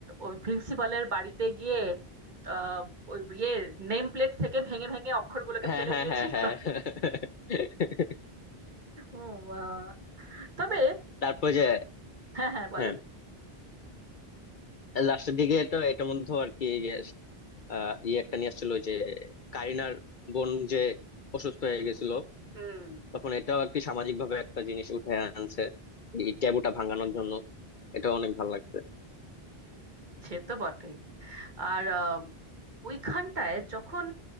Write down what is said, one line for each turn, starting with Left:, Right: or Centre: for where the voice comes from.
Right: ওই প্রিন্সিপালের বাড়িতে গিয়ে আহ, ওই ইয়ে নেম প্লেট থেকে ভেঙে ভেঙে অক্ষরগুলোকে
Left: হ্যাঁ
Right: ফেলে
Left: হ্যাঁ
Right: দিয়েছিল
Left: হ্যাঁ হ্যাঁ হ্যাঁ, হ্যাঁ, হ্যাঁ, হ্যাঁ, হ্যাঁ, হ্যাঁ,
Right: ও মা। তবে
Left: তারপর যে
Right: হ্যাঁ হ্যাঁ বলেন
Left: হ্যাঁ লাস্টের দিকে তো এটার মধ্যে আর কি যে, আহ, ইয়ে একটা নিয়ে আসছিল ওই যে কারিনার বোন যে অসুস্থ হয়ে গেছিল
Right: হুম
Left: তখন এটাও আর কি সামাজিক ভাবে একটা জিনিস উঠে আনছে এই ট্যাবুটা ভাঙানোর জন্য এটা অনেক ভালো লাগছে
Right: সে তো বটেই আর আহ, ওইখানটায় যখন